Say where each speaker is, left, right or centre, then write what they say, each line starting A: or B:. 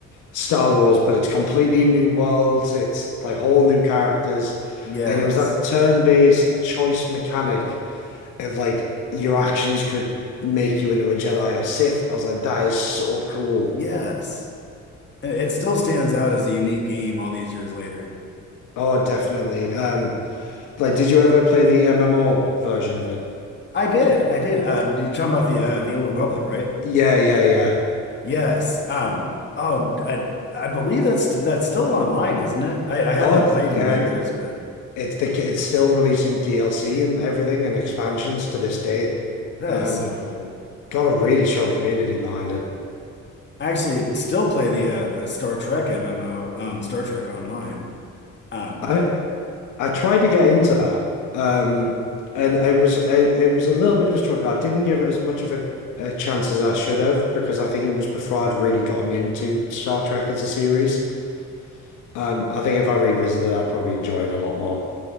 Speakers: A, on the left; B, on the left.
A: Star Wars, but it's completely new worlds. It's like whole new characters.
B: Yes.
A: And it was that turn-based choice mechanic of like your actions could make you into a Jedi or Sith. I was like, that is so cool.
B: Yes. And it still stands out as a unique game all these years later.
A: Oh, definitely. Um, like, did you ever play the MMO version of it?
B: I did. I did. Uh, you're talking about the uh, the Old Republic, right?
A: Yeah, yeah, yeah.
B: Yes. Um, oh, I I believe that's that's still online, isn't it? I, I haven't
A: Oh, it's,
B: played
A: yeah.
B: in years,
A: It's
B: but
A: it's the it's still releasing DLC and everything and expansions to this date.
B: that
A: Um,
B: is so cool.
A: got a really strong community behind it.
B: I actually still play the uh the Star Trek MMO, um Star Trek Online. Um
A: I I tried to get into that, um, and it was it, it was a little bit of a struggle. I didn't give it as much of a, a chance as I should have because I think it was before I'd really gotten into Star Trek as a series. Um, I think if I revisited, I'd probably enjoy it a lot more.